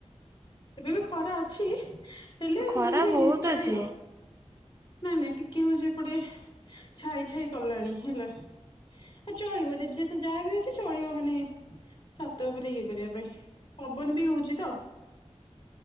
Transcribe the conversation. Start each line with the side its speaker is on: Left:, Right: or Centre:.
Left: ଏବେ ବି ଖରା ଅଛି ହେଲେ
Right: ଖରା
Left: ମାନେ
Right: ବହୁତ
Left: ଚଳିବ
Right: ଅଛି
Left: ନାଇଁ ନାଇଁ ଟି ଟିକେ ହୋଉଚି ଏପଟେ ଛାଇ ଛାଇ କଲାଣି ହେଲା। ଆ ଚଳିବ ଯାହା ବି ଅଛି ଚଳିବ ମାନେ ଛାତ ଉପରେ ଇଏ କରିବା ପାଇଁ ପବନ ବି ହୋଉଚି ତ।